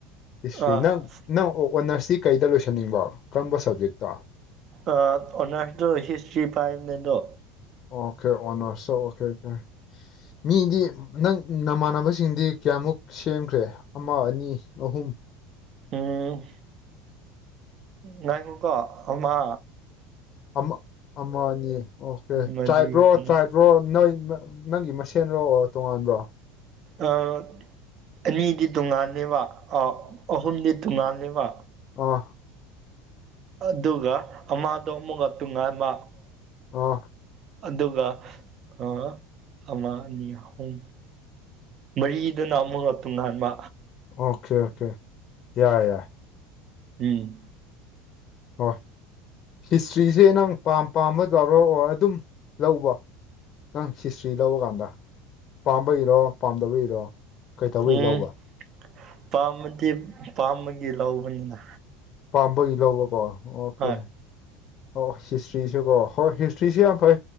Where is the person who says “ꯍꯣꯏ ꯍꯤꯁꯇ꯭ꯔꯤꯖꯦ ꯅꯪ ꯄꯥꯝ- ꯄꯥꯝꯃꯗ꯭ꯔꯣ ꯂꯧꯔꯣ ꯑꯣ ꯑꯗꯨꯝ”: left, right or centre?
Left